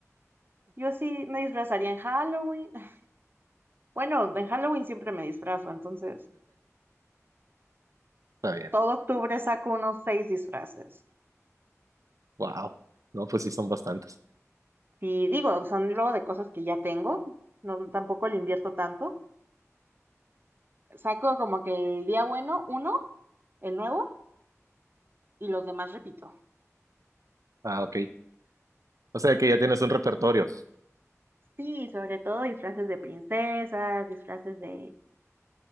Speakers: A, on the right; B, on the right.
A: yo sí me disfrazaría en Halloween. <laughs> Bueno, en Halloween siempre me disfrazo, entonces
B: Está bien.
A: todo octubre saco unos seis disfraces.
B: Wow. No, pues sí son bastantes.
A: Sí, digo, son luego de cosas que ya tengo, no, tampoco le invierto tanto. Saco como que el día bueno, uno, el nuevo, y los demás repito.
B: Ah, ok. O sea que ya tienes un repertorio.
A: Sí, sobre todo disfraces de princesas, disfraces de...